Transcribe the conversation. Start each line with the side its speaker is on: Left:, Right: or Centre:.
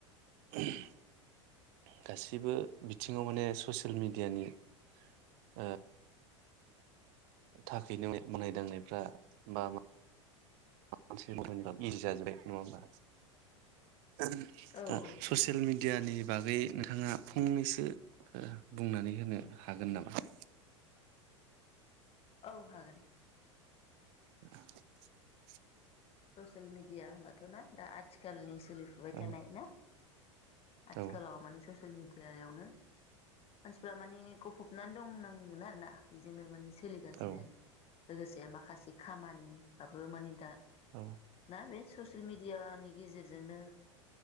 Right: <unintelligible> गासिबो बिथिङाव माने ससियेल मिडियानि ओ थाखायनो मावनाय-दांनायफ्रा बा मा माबा मोनसे मावनोबो इजि जाजोबबाय नङा होमबा? ओम
Left: औ औ
Right: दा ससियेल
Left: नंगौ
Right: मिडियानि बागै नोंथाङा फंनैसो ओ बुंनानै होनो हागोन नामा?
Left: औ हागोन।
Right: <inaudible>
Left: ससियेल मिडिया होमबाथ' ना दा आथिखालनि सोलिफुबाय
Right: औ
Left: थानाय ना आथिखालाव
Right: औ
Left: माने ससियेल मिडियायावनो मानसिफ्रा माने गफबनानै दंनांगोन आरो ना बेजोंनो माने सोलिगासिनो
Right: औ
Left: लोगोसे माखासे खामानिफ्राबो माने दा
Right: औ।
Left: दा बे ससियेल मिडियानि गेजेरजोंनो